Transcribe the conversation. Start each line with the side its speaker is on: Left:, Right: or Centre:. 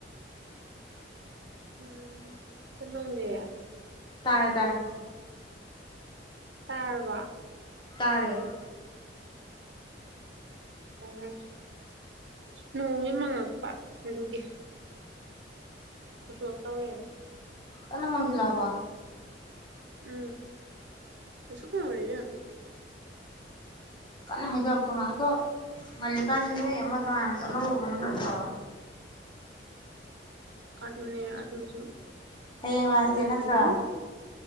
Right: ꯎꯝ ꯆꯟꯇꯣꯝꯕꯤ
Left: ꯇꯥꯔꯦ ꯇꯥꯔꯦ
Right: ꯇꯥꯔꯔꯕ
Left: ꯇꯥꯔꯦ
Right: ꯑꯣ ꯅꯣꯡꯉꯤ ꯃꯉꯛꯄ ꯑꯗꯨꯒꯤ <unintelligible> ꯇꯧꯔꯦ
Left: ꯀꯟꯅꯃꯪ ꯖꯤꯜꯂꯛꯑꯕ
Right: ꯎꯝ ꯃꯨꯁꯨꯛ ꯃꯨꯔꯦ ꯏꯕꯦꯃꯃꯥ
Left: ꯀꯟꯅ ꯍꯥꯏꯗꯣꯔꯛꯇꯣ ꯃꯜꯂꯦ ꯑꯗꯣ ꯉꯥꯜꯂꯤꯀꯥꯟ ꯅꯣꯏ ꯑꯃꯗꯣ ꯍꯥꯟꯅ ꯆꯂꯎꯔꯨꯕꯅꯥ ꯐꯇꯔꯣ
Right: ꯑꯗꯨꯅꯦ ꯑꯗꯨꯁꯨ
Left: ꯍꯌꯦꯡ ꯂꯥꯁ
Right: ꯈꯜꯂꯤꯕꯅꯤ
Left: ꯗꯦꯠ ꯅꯠꯇ꯭ꯔ